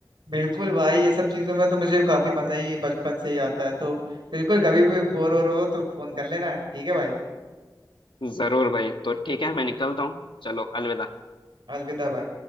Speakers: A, on the right; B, on the left.
A: बिल्कुल भाई ये सब चीजों में तो मुझे काफी मजा ही बचपन से ही आता है तो बिल्कुल कभी भी बोर हो रहे हो तो फोन कर लेना ठीक है भाई
B: जरूर भाई तो ठीक है मैं निकलता हूँ चलो अलविदा
A: अलविदा भाई